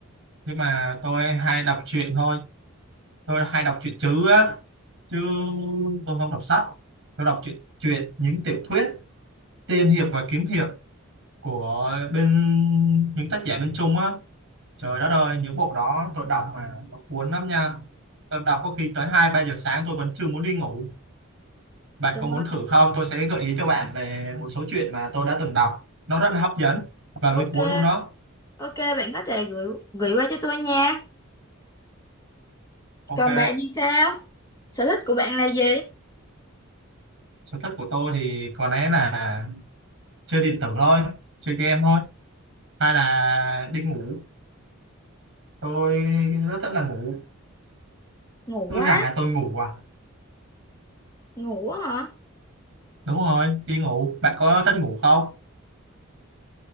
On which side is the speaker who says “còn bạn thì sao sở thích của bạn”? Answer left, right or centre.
Left